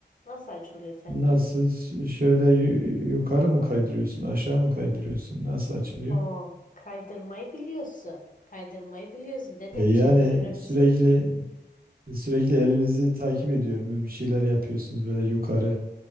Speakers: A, on the left (about 45°); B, on the right (about 55°).
A: Nasıl açılıyor sence?
B: Nasıl ş- şöyle yu- yukarı mı kaydırıyorsun aşağı mı kaydırıyorsun nasıl açılıyor?
A: O kaydırmayı biliyorsun. Kaydırmayı biliyorsun dede
B: E yani
A: bir şeyler öğrenmişsin.
B: sürekli sürekli elinizi takip ediyorum. Böyle Bir şeyler yapıyorsunuz böyle yukarı.